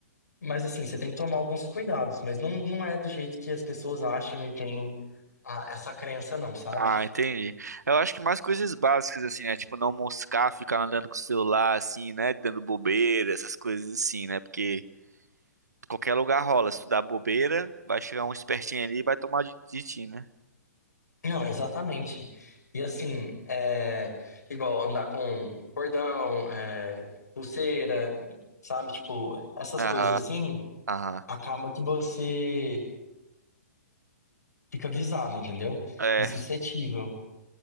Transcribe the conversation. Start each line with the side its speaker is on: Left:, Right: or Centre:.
Left: Mas assim, você tem que tomar alguns cuidados, mas não, não é do jeito que as pessoas acham e tem a- essa crença não, sabe?
Right: Ah, entendi. Eu acho que mais coisas básicas, assim, né? Tipo, não moscar, ficar andando com o celular, assim, né? Dando bobeira, essas coisas assim, né? Porque qualquer lugar rola. Se tu dá bobeira, vai chegar um espertinho ali e vai tomar de, de ti, né?
Left: Não, exatamente. E assim, é igual andar com cordão, é, pulseira, sabe? Tipo, essas
Right: Aham,
Left: coisas assim,
Right: aham.
Left: acaba que você fica visado, entendeu?
Right: É,
Left: E suscetível.